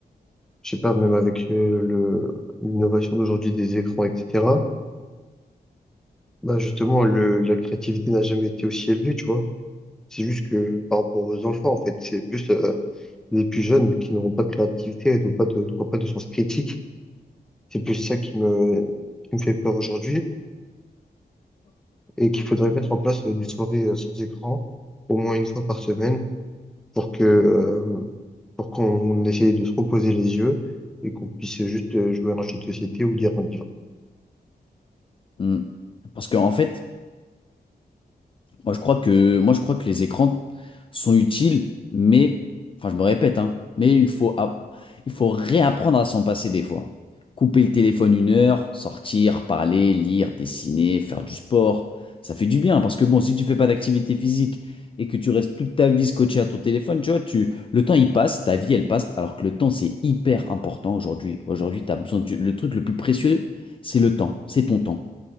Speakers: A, in the centre; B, on the left (about 30°).
A: je sais pas, même avec euh, le, l'innovation d'aujourd'hui des écrans, etc., bah justement, le, la créativité n'a jamais été aussi élevée, tu vois. C'est juste que par rapport aux enfants, en fait, c'est plus euh, les plus jeunes qui n'auront pas de créativité et n'auront pas de, n'auront pas de sens critique. C'est plus ça qui me, qui me fait peur aujourd'hui et qu'il faudrait mettre en place euh, des soirées euh, sans écran au moins une fois par semaine pour que, euh, pour qu'on essaye de se reposer les yeux et qu'on puisse juste euh, jouer à un jeu de société ou lire un livre.
B: Hmm. Parce qu'en fait, Moi, je crois que, moi, je crois que les écrans sont utiles, mais, enfin, je me répète, hein, mais il faut, app- il faut réapprendre à s'en passer des fois. Couper le téléphone une heure, sortir, parler, lire, dessiner, faire du sport, ça fait du bien. Parce que bon, si tu fais pas d'activité physique et que tu restes toute ta vie scotché à ton téléphone, tu vois, tu, le temps il passe, ta vie elle passe, alors que le temps c'est hyper important aujourd'hui. Aujourd'hui, tu as besoin du, le truc le plus précieux, c'est le temps, c'est ton temps.